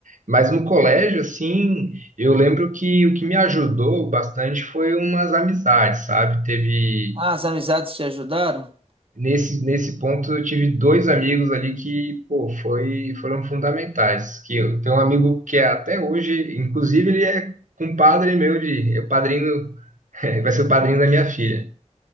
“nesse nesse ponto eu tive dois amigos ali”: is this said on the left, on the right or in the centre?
Right